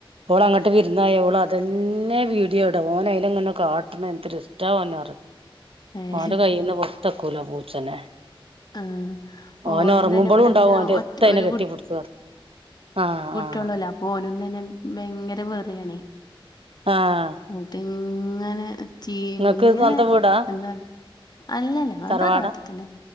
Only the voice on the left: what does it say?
ഏഹ്
ആഹ് ഓനും
തന്നെ ഇവിടെ
ഇങ്ങനെ
ഒറ്റ
ഒരു
ത്രോള്ളല്ലോ അപ്പൊ ഓനും തെന്നെ ഭയങ്കര വെറിയാണേ
ന്നട്ട് ഇങ്ങനെ ചീ
ഇങ്ങനെ
എന്താ? അല്ലല്ല ഞങ്ങള്
തറവാട്ടിൽ തന്നെ